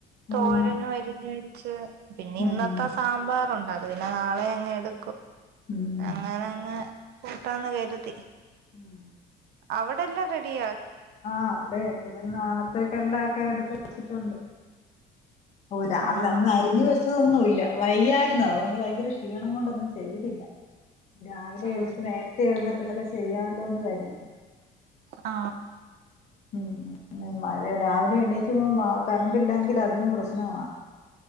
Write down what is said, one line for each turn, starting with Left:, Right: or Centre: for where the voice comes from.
Right: തോരനും
Left: ആഹ്
Right: അരിഞ്ഞ് വെച്ച് പിന്നെ
Left: ഉം
Right: ഇന്നത്തെ സാമ്പാറുണ്ടാവും അത് പിന്നെ നാളെ അങ്ങ് എടുക്കും
Left: ഉം
Right: അങ്ങനങ്ങ് കൂട്ടാന്ന് കരുതി
Left: ഉം
Right: അവിടെ എല്ലാം റെഡിയ
Left: ആ അവിടെ ഇവിടെ നാളത്തേക്ക് എല്ലാം ഒക്കെ എടുത്ത് വെച്ചിട്ടുണ്ട് ഓരാ അവ
Right: ആഹാ
Left: അന്ന് അരിഞ്ഞ് ന്നുംല്ല വയ്യായിരുന്നു അതുകൊണ്ട് ഭയങ്കര ക്ഷീണം കൊണ്ടൊന്നും ചെയ്തില്ല രാവിലെ
Right: ശരി
Left: എഴുച്ചിട്ട് നേരത്തെ എഴുന്നിട്ടന്നൊക്കെ ചെയ്യാലോന്ന് കരുതി
Right: ആ
Left: ഉം മഴ രാവിലെ എണ്ണീച്ചുമ്പം മ കറണ്ട് ഇല്ലെങ്കിൽ അതിനും പ്രശ്നമാണ്